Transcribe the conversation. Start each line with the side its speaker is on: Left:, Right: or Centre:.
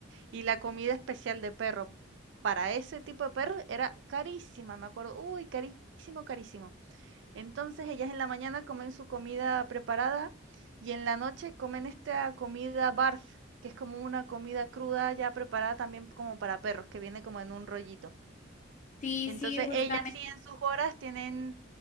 Right: Y la comida especial de perro, para ese tipo de perro era carísima, me acuerdo. Uy, carísimo, carísimo. Entonces ellas en la mañana comen su comida preparada y en la noche comen esta comida barf, que es como una comida cruda ya preparada también como para perros, que viene como en un rollito.
Left: Sí,
Right: Entonces
Left: sí, justamente.
Right: ellas sí en sus horas tienen,